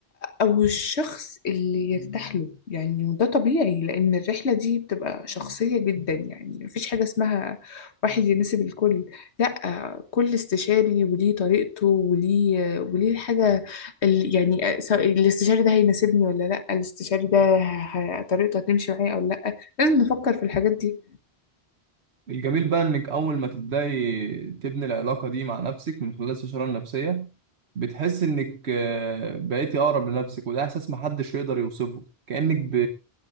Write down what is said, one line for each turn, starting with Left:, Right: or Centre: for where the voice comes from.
Left: او الشخص اللي يرتاح له يعني وده طبيعي لان الرحله دي بتبقى شخصيه جدا يعني مفيش حاجه اسمها واحد يناسب الكل لا كل استشاري وليه طريقته وليه وليه الحاجه ال- يعني سواء الاستشاري ده هيناسبني ولا لا الاستشاري ده ه- طريقته هتمشي معايا او لا لازم نفكر في الحاجات دي
Right: الجميل بقى انك اول ما تبداي تبني العلاقه دي مع نفسك من خلال الشرايين النفسيه بتحس انك آه، بقيتي اقرب لنفسك وده احساس محدش يقدر يوصفه كانك ب...